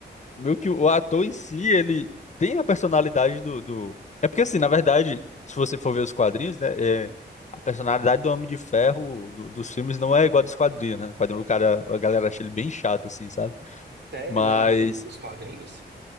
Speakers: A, on the left (about 40°); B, on the right (about 70°).
A: meio que o ator em si, ele tem a personalidade do, do... É porque, assim, na verdade, se você for ver os quadrinhos, né, é, a personalidade do Homem de Ferro do- dos filmes não é igual a dos quadrinhos, né? No quadrinho, o cara, a galera acha ele bem chato, assim, sabe?
B: Sério,
A: Mas
B: não é do- dos quadrinhos?